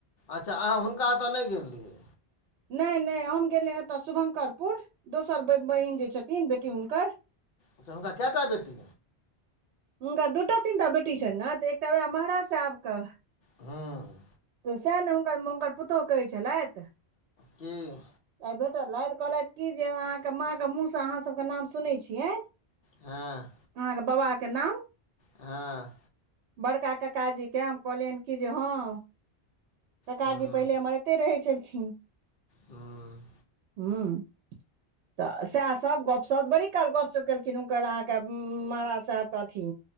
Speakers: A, on the left (about 60°); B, on the right (about 80°).
A: अच्छा अहाँ हुनका एतऽ नै गेल रहियै।
B: नै-नै, हम गेलियै एतऽ शुभंकरपुर। दोसर ब-बहिन जे छथिन बेटी हुनकर।
A: अछा, हुनका केटा बेटी?
B: हुनका दू-टा, तीन- टा बेटी छैन न तऽ एकटा वेह महाराज सेहब कऽ।
A: हूँ।
B: तऽ सेह ने हुनकर-म-हुनकर पुतौह कहै छलैत।
A: की?
B: ऐ भेटल रहैथ कहलैथ की जे अहाँ के माँ के मुँह से अहाँ सब के नाम सुनै छियैन।
A: हँ।
B: अहाँ के बबा के नाम?
A: हँं।
B: बड़का ककाजी के हम कहलियैन कि जे हँ। ककाजी
A: हूँ
B: पहिले हमर एत्तै रहै छलखीन।
A: हूँ
B: हूं। तऽ सेह सब गपशब बड़ी काल गपशप केलखिन हुनकर अहाँ के उं महाराज साहेब के अथी।